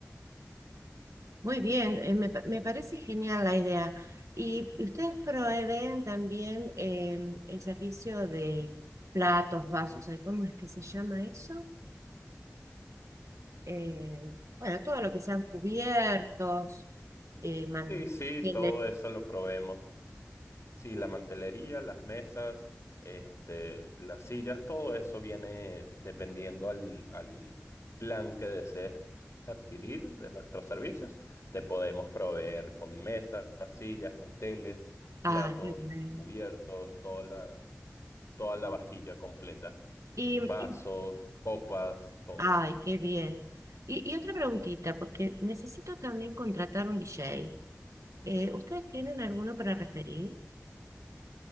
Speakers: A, on the right; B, on the left.
A: muy bien, eh, me, pa- me parece genial la idea. ¿Y ustedes proveen también em, el servicio de platos, vasos? ay, ¿Cómo es que se llama eso? Eh, bueno, todo lo que sean cubiertos, eh, manteles.
B: Sí, sí, todo eso lo probemos. Sí, la mantelería, las mesas, este, las sillas, todo eso viene dependiendo al, al plan que desees adquirir de nuestros servicios. Te podemos proveer con mesas, sillas, manteles,
A: Ay,
B: platos,
A: qué bien.
B: cubiertos, toda la, toda la vajilla completa,
A: Y,
B: vasos,
A: y-
B: copas, todo.
A: ay, qué bien. Y, y otra preguntita, porque necesito también contratar un DJ. Eh, ¿ustedes tienen alguno para referir?